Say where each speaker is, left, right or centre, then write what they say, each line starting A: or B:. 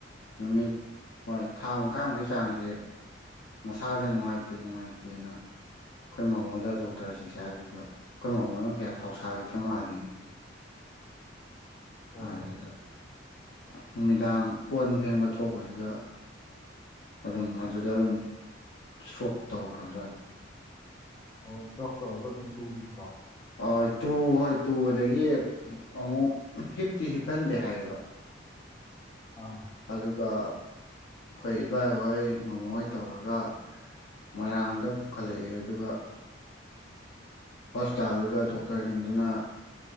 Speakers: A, on the left (about 75°); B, on the left (about 25°).
A: ꯅꯨꯃꯤꯠ ꯍꯣꯏ ꯊꯥ ꯃꯈꯥꯏꯃꯨꯛꯀꯤ ꯆꯥꯡꯖꯦ ꯃꯁꯥꯖꯦ ꯅꯨꯡꯉꯥꯏꯇꯦ ꯅꯨꯡꯉꯥꯏꯇꯦꯅ ꯑꯩꯈꯣꯏ ꯃꯥꯝꯃꯣꯗ ꯗꯣꯛꯇꯔ ꯆꯠꯁꯦ ꯍꯥꯏꯕꯖꯤꯗ ꯑꯩꯈꯣꯏ ꯃꯥꯝꯃꯣꯅ ꯀꯌꯥ ꯊꯧꯁꯥꯒꯤꯗ꯭ꯔ ꯃꯥꯜꯂꯦꯅꯦ <unintelligible>
B: ꯑꯣ
A: ꯅꯨꯃꯤꯗꯥꯡ ꯀꯣꯟ ꯐꯦꯡꯕ ꯊꯣꯛꯄꯁꯤꯗ ꯑꯗꯨꯝ ꯑꯗꯨꯗ ꯑꯗꯨꯝ ꯏꯁꯇ꯭ꯔꯣꯛ ꯇꯧꯈ꯭ꯔꯕꯖꯥꯠꯅꯦ
B: ꯍꯣꯏ ꯁꯣꯞ ꯇꯧꯔꯒ ꯑꯗꯨꯝ ꯇꯨꯕꯤꯕꯣ
A: ꯑ ꯇꯨ ꯍꯣꯏ ꯇꯨꯕꯗꯒꯤ ꯑꯃꯨꯛ ꯍꯤꯞꯇꯤ ꯍꯤꯞꯍꯟꯗꯦ ꯍꯥꯏꯌꯦꯕ
B: ꯑꯥ
A: ꯑꯗꯨꯒ ꯑꯈꯣꯏ ꯏꯕꯥꯏꯍꯣꯏ ꯃꯥꯝꯃꯣ ꯍꯣꯏ ꯇꯧꯔꯒ ꯃꯣꯏꯔꯥꯡꯗ ꯄꯨꯈꯠꯂꯛꯑꯦ ꯑꯗꯨꯒ ꯍꯣꯁꯄꯤꯇꯥꯜꯗꯨꯗ ꯗꯣꯛꯇꯔꯖꯤꯡꯗꯨꯅ